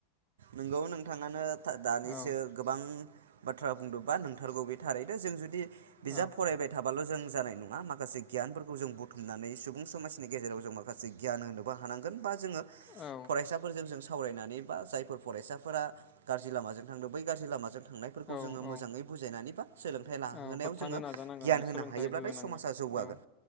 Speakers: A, on the right; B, on the left.
A: नोंगौ नोंथाङानो दानिसो
B: औ
A: गोबां बाथ्रा बुंदोंबा नोंथारगौ बे थारैनो जों जुदि बिजाब
B: औ
A: फरायबाय थाबाय हाबाल' जों जानाय नङा माखासे गियानफोरखौ जों बुथुमनानै सुबुं समाजनि गेजेराव जों माखासे गियान होनोबो हानांगोन। बा जोङो
B: औ
A: फरायसाफोरजों जों सावरायनानै बा जायफोर फरायसाफोरा गाज्रि लामाजों थांदों बै गाज्रि लामाजों थांनायफोरखौ
B: औ
A: जोङो
B: औ
A: मोजाङै बुजायनानै बा सोलोंथायाइ लाहोनायाव
B: औ होबथानो
A: जोङो
B: नाजानांगोन
A: गियान
B: आं
A: होनो
B: सोलोंथाइ
A: हायोब्लाथाय
B: होहोनांगोन
A: समाजा जौगागोन।
B: औ